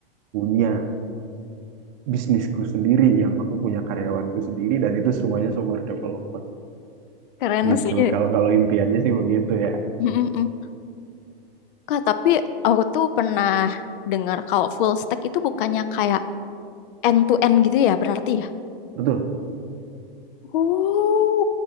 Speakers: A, on the right; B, on the left.
A: punya bisnisku sendiri yang aku punya karyawanku sendiri dan itu semuanya software developer
B: Keren
A: gitu.
B: sih.
A: Kalau kalau impiannya sih begitu ya.
B: Mm-mm. Kak, tapi aku tuh pernah dengar kalau full stack itu bukannya kayak end to end gitu ya berarti ya?
A: Betul.
B: Oh,